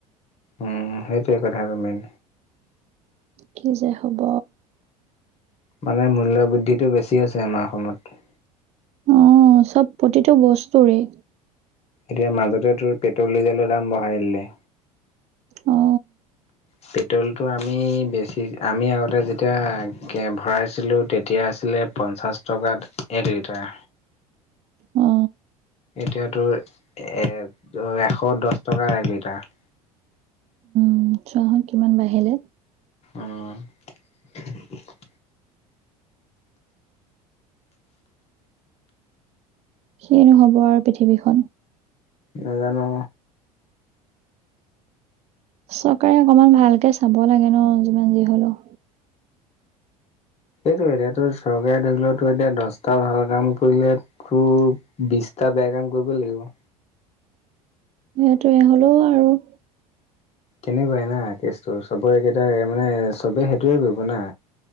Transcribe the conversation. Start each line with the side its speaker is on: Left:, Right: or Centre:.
Left: উম-উম! সেইটোৱে কথাটো মেইন।
Right: কি যে হ'ব?
Left: মানে মূল্য বৃদ্ধিটো বেছি হৈছে আমাৰ অসমত।
Right: অঁ! চব প্ৰতিটো বস্তুৰেই।
Left: এতিয়া মাজতে তোৰ পেট্ৰ'ল, ডিজেলৰ দাম বঢ়াই দিলে।
Right: অঁ।
Left: পেট্ৰ'লটো আমি বেছি আমি আগতে যেতিয়া কে ভৰাইছিলোঁ তেতিয়া আছিলে পঞ্চাছ টকাত এক লিটাৰ।
Right: অ
Left: এতিয়া তোৰ এ এশ দহ টকাৰ এক লিটাৰ।
Right: উম! চোৱা চোন কিমান বাঢ়িলে।
Left: অঁ! <unintelligible>
Right: কিনো হ'ব আৰু পৃথিৱীখন।
Left: নাজানো।
Right: চৰকাৰে অকমান ভালকে চাব লাগে ন যিমান যি হলোঁ।
Left: সেইটো এতিয়া তোৰ চৰকাৰে ধৰি লোৱা এতিয়া দহটা ভাল কাম কৰিলে আকৌ বিছটা বেয়া কাম কৰিব লাগিব।
Right: সেইটোৱে হ'লেও আৰু।
Left: তেনেকুৱাই না কেচটো চবৰে একেইটা মানে চবে সেইটোৱে কৰিব না।